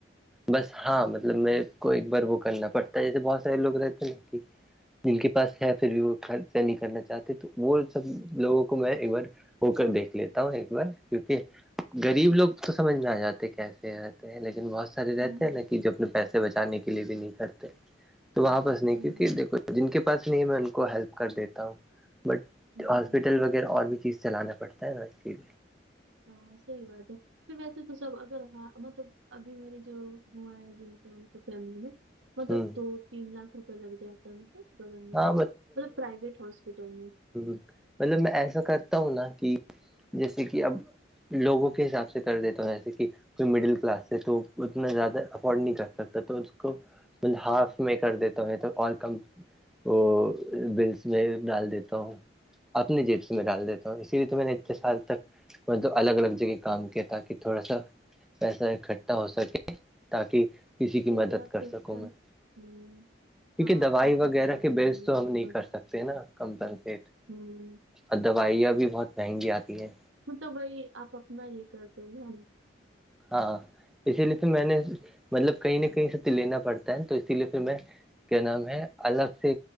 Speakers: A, in the centre; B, on the right.
A: بس ہاں
B: ہوں،
A: مطلب میں کو ایک بار وہ کرنا پڑتا ہے جیسے بہت سارے لوگ رہتے ہیں نا کہ جن کے پاس ہے پھر بھی وہ خرچہ نہیں کرنا چاہتے تو وہ سب لوگوں کو میں ایک بار ہو کر دیکھ لیتا ہوں ایک بار کیونکہ غریب لوگ تو سمجھ میں آ جاتے کیسے رہتے ہیں لیکن بہت سار رہتے
B: ہوں،
A: ہیں نا کہ جب پیسے بچانے کے لیے بھی نہیں کرتے تو وہاں بس نہیں
B: ہوں،
A: کیکہ دیکھو جن کے پاس نہیں ہے میں ان کو ہیلپ کر دیتا ہوں بٹ
B: ہوں،
A: ہاسپٹل وغیرہ اور بھی چیز چلانا پڑتا ہے ہوا اس چیز
B: ہاں سی بات ہے پھر ویسے تو سب اگر ہاں مطلب ابھی میری جو ہوا ہے جن کا مطلب فیملی میں مطلب
A: ہ
B: دو تین لاکھ روپئے لگ جاتا ہے مطلب گورنمنٹ
A: ہاں
B: میں مطلب پرائیویٹ ہاسپٹل میں
A: ہ مطلب میں ایسا کرتا ہوں نا کہ جیسے کہ اب لوگوں کے حساب سے کر دیتا ہوں جیسے کہ کوئی مڈل کلاس ہے تو اتنا زیادہ افورڈ نہیں کر سکتا تو اس کو طل ہاف میں کر دیتا ہے تو اور کم وہ بلس میں ڈال دیتا ہوں اپنے جیب سے میں ڈال دیتا ہوں اسی لیے تو میں نے اتنے سال تک مطلب الگ الگ جگہ کام کیا تاکہ تھوڑا سا پیسہ اکٹھا ہو سکے تاکہ کسی کی
B: چلیے
A: مدد
B: آپ
A: کر
B: کو اس
A: سکوں
B: کا
A: میں
B: ہوں،
A: کیونکہ
B: ہاں
A: دوائی
B: آپ کو اس
A: وغیرہ
B: کا ثواب
A: کے
B: بھی ملے
A: بیس تو
B: گا
A: ہم نہیں
B: بہت
A: کر سکتے نا کم پنٹ
B: ہوں،
A: اور دوائیاں بھی بہت مہنگی آتی ہیں
B: ہ تو وہائی آپ اپنا یہ کر دو گےا
A: ہاں اسی لیے پھر میں نے مطلب کہیں نہ
B: ہوں
A: کہیں سے تو لینا پڑتا ہے تو اسی لیے پھر میں کیا نام ہے الگ سے